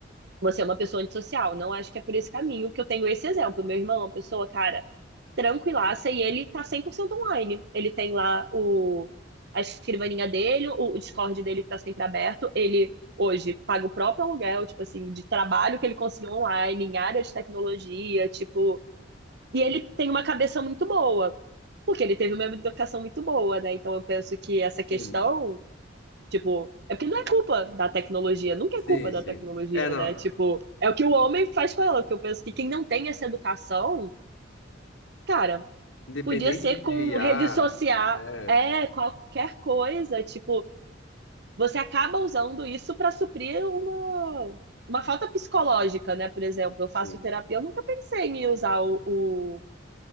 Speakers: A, on the right; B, on the left.
A: você é uma pessoa antissocial. Não acho que é por esse caminho que eu tenho esse exemplo. Meu irmão é uma pessoa, cara, tranquilaça e ele tá 100% online. Ele tem lá o, a escrivaninha dele, o, o Discord dele que tá sempre aberto. Ele hoje paga o próprio aluguel, tipo assim, de trabalho que ele conseguiu online, em área de tecnologia, tipo. E ele tem uma cabeça muito boa. Porque ele teve uma educação muito boa, né? Então eu penso que essa
B: Sim,
A: questão, tipo, é porque não é culpa da tecnologia, nunca
B: sim,
A: é culpa da
B: sim.
A: tecnologia,
B: É, não.
A: né? Tipo, é o que o homem faz com ela, que eu penso que quem não tem essa educação, cara,
B: Independente
A: podia ser
B: de
A: com
B: IA,
A: rede social,
B: é.
A: é, qualquer coisa, tipo, você acaba usando isso para suprir uma uma falta psicológica, né? Por exemplo, eu faço
B: Sim.
A: terapia, eu nunca pensei em usar o, o